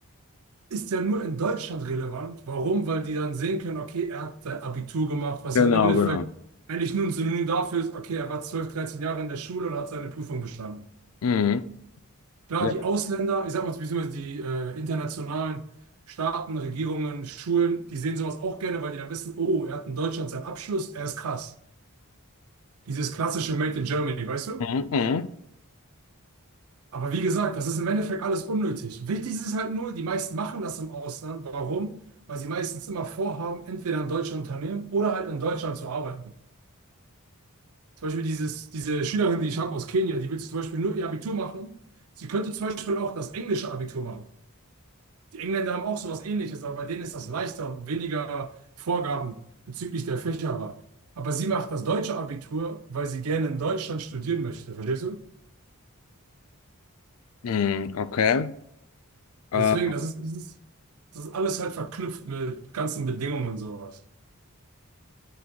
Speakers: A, on the right; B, on the left.
A: ist ja nur in Deutschland relevant. Warum? Weil die dann sehen können, okay, er hat sein Abitur gemacht, was
B: genau,
A: im Endeffekt
B: genau.
A: eigentlich nur ein Synonym dafür ist, okay, er war 12, 13 Jahre in der Schule und hat seine Prüfung bestanden.
B: Mhm.
A: Klar,
B: Ja.
A: die Ausländer, ich sag mal, beziehungsweise die äh, internationalen Staaten, Regierungen, Schulen, die sehen sowas auch gerne, weil die dann wissen, oh, er hat in Deutschland seinen Abschluss, er ist krass. Dieses klassische Made in Germany, weißt du?
B: Mhm, mhm.
A: Aber wie gesagt, das ist im Endeffekt alles unnötig. Wichtig ist es halt nur, die meisten machen das im Ausland. Warum? Weil sie meistens immer vorhaben, entweder in deutsche Unternehmen oder halt in Deutschland zu arbeiten. Zum Beispiel dieses, diese Schülerin, die ich habe aus Kenia, die will zum Beispiel nur ihr Abitur machen. Sie könnte zum Beispiel auch das englische Abitur machen. Die Engländer haben auch sowas Ähnliches, aber bei denen ist das leichter und weniger Vorgaben bezüglich der Fächerwahl. Aber sie macht das deutsche Abitur, weil sie gerne in Deutschland studieren möchte, verstehst du?
B: Mhm, okay.
A: Deswegen,
B: Äh,
A: das ist, das ist, das ist alles halt verknüpft mit ganzen Bedingungen und sowas.